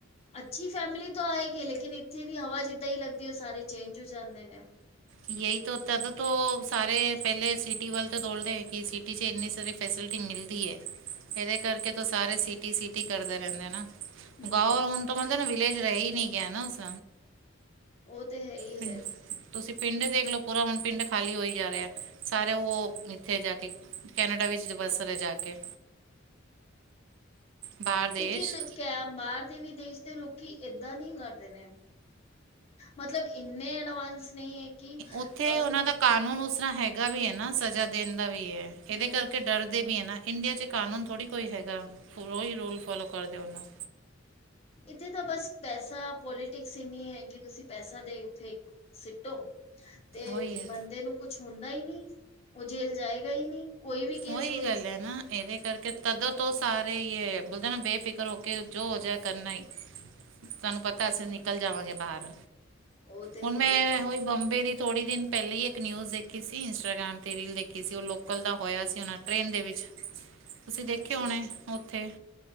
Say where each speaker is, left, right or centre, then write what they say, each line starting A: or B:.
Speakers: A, on the left; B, on the right.
A: ਅੱਛੀ ਫੈਮਿਲੀ ਤੋਂ ਆਏਗੀ ਲੇਕਿਨ ਇੱਥੇ ਦੀ ਹਵਾ ਜਿੱਦਾਂ ਹੀ ਲੱਗਦੀ ਉਹ ਸਾਰੇ ਚੇਂਜ ਹੋ ਜਾਂਦੇ ਨੇ।
B: ਯਹੀ ਤੋ ਹੋਤਾ ਤੋਂ ਸਾਰੇ ਪਹਿਲੇ ਸਿਟੀ ਵੱਲੇ ਤਾਂ ਦੋੜਦੇ ਹੈ ਕਿ ਸਿਟੀ ਚ ਇੰਨੀ ਸਾਰੀਫ। ਫੈਸਿਲਿਟੀ ਮਿਲਦੀ ਏ ਇਹਦੇ ਕਰਕੇ ਤਾਂ ਸਾਰੇ ਸਿਟੀ-ਸਿਟੀ ਕਰਦੇ ਰਹਿੰਦੇ ਨਾ।
A: ਹਮ
B: ਗਾਓਂ ਹੁਣ ਤਾਂ ਮਤਲਬ ਨਾ ਵਿਲੇਜ ਰਹੇ ਹੀ ਨਹੀਂ ਗਿਆ ਨਾ ਉਸ
A: ਉਹ ਤੇ ਹੈ ਹੀ
B: ਪਿੰਡ
A: ਹੈ।
B: ਤੁਸੀਂ ਪਿੰਡ ਦੇਖ ਲਓ ਪੂਰਾ ਹੁਣ ਪਿੰਡ ਖਾਲੀ ਹੋ ਹੀ ਜਾ ਰਿਹਾ ਸਾਰੇ ਉਹ ਇੱਥੇ ਜਾ ਕੇ ਕੈਨੇਡਾ ਵਿੱਚ ਵੱਸ ਰਹੇ ਜਾ ਕੇ। ਬਾਹਰ ਦੇਸ਼
A: ਲੇਕਿਨ। ਕੇ ਬਾਹਰ ਦੇ ਵੀ ਦੇਸ਼ ਦੇ ਲੋਕੀ ਏਦਾਂ ਨਹੀਂ ਕਰ ਰਹੇ ਨੇ। ਮਤਲਬ ਇੰਨੇ ਅਡਵਾਂਸ ਨਹੀਂ ਹੈ ਕਿ ਅਹ।
B: ਉੱਥੇ ਉਹਨਾਂ ਦਾ ਕਾਨੂੰਨ ਉਸ ਤਰ੍ਹਾਂ ਹੈਗਾ ਵੀ ਹੈ ਨਾ ਸਜ਼ਾ ਦੇਣ ਦਾ ਵੀ ਹੈ ਇਹਦੇ
A: ਹਮ
B: ਕਰਕੇ ਡਰਦੇ ਵੀ ਹੈ ਨਾ। ਇੰਡੀਆ 'ਚ ਕਾਨੂੰਨ ਥੋੜ੍ਹੀ ਕੋਈ ਹੈਗਾ ਉਹੀ ਰੂਲ ਫੋਲੋ ਕਰ ਦਿਓ ਉਹਨੂੰ।
A: ਇੱਥੇ ਤਾਂ ਬਸ ਪੈਸਾ ਪੋਲੀਟਿਕਸ ਇੰਨੀ ਹੈ ਕਿ ਤੁਸੀਂ ਪੈਸਾ ਦੇ ਫੇ। ਸਿਟੋ ਤੇ
B: ਉਹੀ ਹੈ
A: ਬੰਦੇ ਨੂੰ ਕੁਛ ਹੁੰਦਾ ਹੀ ਨਹੀਂ ਉਹ ਜੇਲ ਜਾਏਗਾ ਹੀ ਨਹੀਂ। ਕੋਈ ਵੀ ਕੇਸ
B: ਉਹੀ
A: ਹੋਏ
B: ਗੱਲ ਹੈ ਨਾ ਇਹਦੇ ਕਰਕੇ ਤਦੋਂ ਤੋਂ ਸਾਰੇ ਇਹ ਬੋਲਦੇ ਨਾ ਬੇਫਿਕਰ ਹੋ ਕੇ ਜੋ ਹੋ ਜਾਏ ਕਰਨਾ ਹੀ। ਤੁਹਾਨੂੰ ਪਤਾ ਅਸੀਂ ਨਿਕਲ ਜਾਵਾਂਗੇ ਬਾਹਰ
A: ਉਹ ਤੇ
B: ਹੁਣ
A: ਹੈ
B: ਮੈਂ
A: ਹੀ ਹੈ
B: ਉਹੀ ਬੰਬੇ ਦੀ। ਥੋੜੀ ਦਿਨ ਪਹਿਲਾਂ ਹੀ ਇੱਕ ਨਿਊਜ਼ ਦੇਖੀ ਸੀ ਇੰਸਟਾਗ੍ਰਾਮ ਤੇ ਰੀਲ ਦੇਖੀ ਸੀ ਉਹ ਲੋਕਲ ਦਾ। ਹੋਇਆ ਸੀ ਉਹਨਾਂ ਟ੍ਰੇਨ ਦੇ ਵਿੱਚ ਤੁਸੀਂ ਦੇਖਿਆ
A: ਹਾਂਜੀ।
B: ਹੋਣਾ ਉੱਥੇ